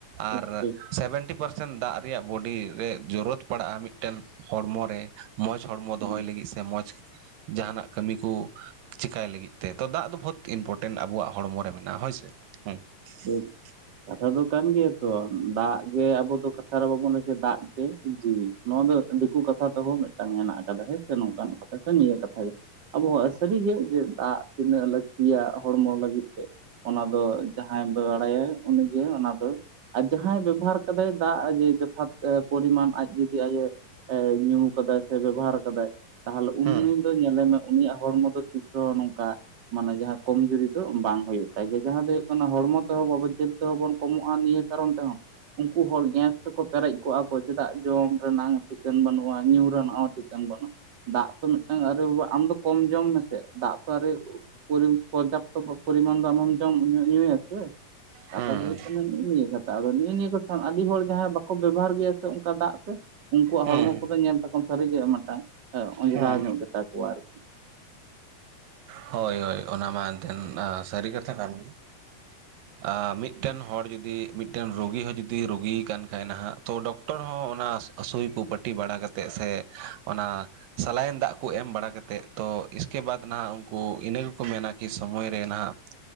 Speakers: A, on the right (about 55°); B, on the right (about 80°).
A: ᱴᱷᱤᱠ
B: ᱟᱨ
A: ᱴᱷᱤᱠ
B: ᱥᱮᱵᱷᱮᱱᱴᱤ ᱯᱟᱨᱥᱮᱱ ᱫᱟᱜ ᱨᱮᱭᱟᱜ ᱵᱚᱰᱤ ᱨᱮ ᱡᱚᱨᱩᱨᱟᱛ ᱯᱟᱲᱟᱜᱼᱟ ᱢᱤᱫᱴᱮᱱ ᱦᱚᱲᱢᱚ ᱨᱮ ᱢᱚᱸᱡᱽ ᱦᱚᱲᱢᱚ
A: ᱦᱩᱸ
B: ᱫᱚᱦᱚᱭ ᱞᱟᱹᱜᱤᱫ ᱥᱮ ᱢᱚᱡᱽ ᱡᱟᱦᱟᱱᱟᱜ ᱠᱟᱹᱢᱤ ᱠᱚ ᱪᱤᱠᱟᱹᱭ ᱞᱟᱹᱜᱤᱫ ᱛᱮ ᱫᱟᱜ ᱫᱚ ᱵᱚᱦᱩᱛ ᱤᱢᱯᱴᱮᱱᱴ ᱟᱵᱚᱣᱟᱜ ᱦᱚᱲᱢᱚ ᱨᱮ ᱢᱮᱱᱟᱜᱼᱟ ᱦᱚᱭ ᱥᱮ ᱦᱩ
A: ᱴᱷᱤᱠ
B: <unintelligible>
A: ᱠᱟᱛᱷᱟ ᱫᱚ ᱠᱟᱱ ᱜᱮᱭᱟ ᱛᱚ ᱫᱟᱜ ᱜᱮ ᱟᱵᱚ ᱫᱚ ᱠᱟᱛᱷᱟ ᱨᱮ ᱵᱟᱵᱚᱱ ᱞᱟᱹᱭ ᱫᱟᱜ ᱜᱮ ᱡᱤᱣᱤ ᱱᱚᱣᱟ ᱫᱚ ᱫᱤᱠᱩ ᱠᱟᱛᱷᱟ ᱛᱮᱦᱚᱸ ᱢᱤᱫᱴᱟᱝ ᱦᱮᱱᱟᱜ ᱟᱠᱟᱫᱟ ᱦᱮᱸ ᱥᱮ ᱱᱚᱝᱠᱟᱱ ᱠᱟᱛᱷᱟ ᱥᱮ ᱱᱤᱭᱟᱹ ᱠᱟᱛᱷᱟ ᱜᱮ ᱟᱵᱚᱣᱟᱜ ᱥᱟᱹᱨᱤ ᱜᱮ ᱡᱮ ᱫᱟᱜ ᱛᱤᱱᱟᱹᱜ ᱞᱟᱹᱠᱛᱤᱭᱟ ᱦᱚᱲᱢᱚ ᱞᱟᱹᱜᱤᱫ ᱛᱮ ᱚᱱᱟ ᱫᱚ ᱡᱟᱦᱟᱸᱭ ᱵᱚ ᱵᱟᱲᱟᱭᱟ ᱩᱱᱤᱜᱮ ᱚᱱᱟ ᱫᱚ ᱟᱨ ᱡᱟᱦᱟᱸᱭ ᱵᱮᱵᱚᱦᱟᱨ ᱠᱟᱫᱟᱭ ᱫᱟᱜ ᱡᱮ ᱡᱚᱛᱷᱟᱛ ᱯᱚᱨᱤᱢᱟᱱ ᱟᱡ ᱡᱩᱫᱤ ᱟᱮ ᱧᱩ ᱠᱟᱫᱟᱭ ᱥᱮ ᱵᱮᱵᱟᱨ ᱠᱟᱫᱟᱭ ᱛᱟᱦᱚᱞᱮ
B: ᱦᱩᱸ
A: ᱩᱱᱤ ᱫᱚ ᱧᱮᱞᱮ ᱢᱮ ᱩᱱᱤᱭᱟᱜ ᱦᱚᱲᱢᱚ ᱫᱚ ᱛᱤᱥᱦᱚᱸ ᱱᱚᱝᱠᱟ ᱢᱟᱱᱮ ᱡᱟᱦᱟᱸ ᱠᱚᱢᱡᱩᱨᱤ ᱫᱚ ᱵᱟᱝ ᱦᱩᱭᱩᱜ ᱛᱟᱭ ᱜᱮᱭᱟ ᱡᱟᱦᱟᱸ ᱫᱚ ᱦᱩᱭᱩᱜ ᱦᱚᱲᱢᱚ ᱛᱮᱦᱚᱸ ᱵᱟᱵ ᱡᱤᱞ ᱛᱮᱦᱚᱸ ᱵᱚᱱ ᱠᱚᱢᱚᱜᱼᱟ ᱱᱤᱭᱟᱹ ᱠᱟᱨᱚᱱ ᱛᱮᱦᱚᱸ ᱩᱱᱠᱩ ᱦᱚᱲ ᱜᱮᱸᱥ ᱛᱮᱠᱚ ᱯᱮᱨᱮᱡᱽ ᱠᱚᱜᱼᱟ ᱠᱚ ᱪᱮᱫᱟᱜ ᱡᱚᱢ ᱨᱮᱱᱟᱝ ᱪᱤᱠᱟᱹᱱ ᱵᱟᱹᱱᱩᱜᱼᱟ ᱧᱩ ᱨᱮᱱᱟᱜ ᱦᱚᱸ ᱠᱟᱱᱱ ᱵᱟᱱᱟ <unintelligible> ᱫᱟᱜ ᱛᱚ ᱢᱤᱫᱴᱟᱝ ᱟᱨᱣᱨᱤ ᱵᱟᱵᱟ ᱟᱢ ᱫᱚ ᱠᱚᱢ ᱡᱚᱢ ᱢᱮᱥᱮ ᱫᱟᱜ ᱛᱚᱣᱨᱤ ᱯᱚᱨᱡᱟᱯᱛᱚ <unintelligible> ᱯᱚᱨᱤᱢᱟᱱ ᱫᱚ ᱟᱢᱦᱚᱢ ᱡᱚᱢ ᱧᱩᱭᱟ ᱥᱮ ᱠᱟᱛᱷᱟ
B: ᱦᱩᱸ
A: ᱫᱚ ᱦᱩᱭᱩᱜ ᱠᱟᱱᱟ ᱱᱮᱜ ᱱᱤᱭᱟᱹ ᱠᱟᱛᱷᱟ ᱟᱫᱚ ᱱᱮᱜ ᱱᱤᱭᱟᱹ ᱠᱚ ᱟᱹᱰᱤ ᱦᱚᱲ ᱡᱟᱦᱟᱸᱭ ᱵᱟᱠᱚ ᱵᱮᱵᱚᱦᱟᱨ ᱜᱮᱭᱟ ᱥᱮ ᱚᱱᱠᱟ ᱫᱟᱜ ᱩᱱᱠᱩᱣᱟᱜ
B: ᱦᱩᱸ
A: ᱦᱚᱲᱢᱚ ᱠᱚᱫᱚ ᱧᱮᱞ ᱛᱟᱠᱚ ᱥᱟᱹᱨᱤᱜᱮ ᱢᱤᱫᱴᱟᱝ ᱚᱸᱡᱽᱨᱟᱣ
B: ᱦᱩᱸ
A: ᱧᱚᱜ ᱜᱮᱛᱟ ᱠᱚᱣᱟ ᱟᱨᱠᱤ
B: ᱦᱳᱭ ᱦᱳᱭ ᱚᱱᱟ ᱢᱟ ᱮᱱᱛᱮᱫ ᱥᱟᱹᱨᱤ ᱠᱟᱛᱷᱟ ᱠᱟᱱ ᱜᱮ <inaudible> <unintelligible> ᱢᱤᱫᱴᱮᱱ ᱦᱚᱲ ᱡᱩᱫᱤ ᱢᱤᱫᱴᱮᱱ ᱨᱩᱜᱤ ᱦᱚᱸ ᱡᱩᱫᱤ ᱨᱩᱜᱤᱭ ᱠᱟᱱ ᱠᱷᱟᱡ ᱱᱟᱦᱟᱜ ᱛᱚ ᱰᱚᱠᱴᱚᱨ ᱦᱚᱸ ᱚᱱᱟ ᱥᱩᱭ ᱠᱚ ᱯᱟᱹᱴᱤ ᱵᱟᱲᱟ ᱠᱟᱛᱮᱫ ᱥᱮ ᱚᱱᱟ ᱥᱟᱞᱟᱭᱮᱱ ᱫᱟᱜ ᱠᱚ ᱮᱢ ᱵᱟᱲᱟ ᱠᱟᱛᱮᱫ ᱛᱚ ᱤᱥᱠᱮ ᱵᱟᱫᱽ ᱱᱟᱦᱟᱜ ᱩᱱᱠᱩ ᱤᱱᱟᱹ ᱜᱮᱠᱚ ᱢᱮᱱᱟ ᱠᱤ ᱥᱚᱢᱚᱭ ᱨᱮ ᱱᱟᱦᱟᱜ